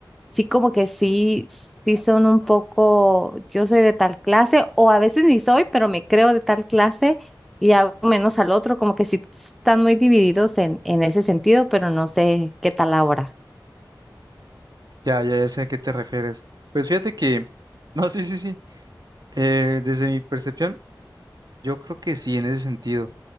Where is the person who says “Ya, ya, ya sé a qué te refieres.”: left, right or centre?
Right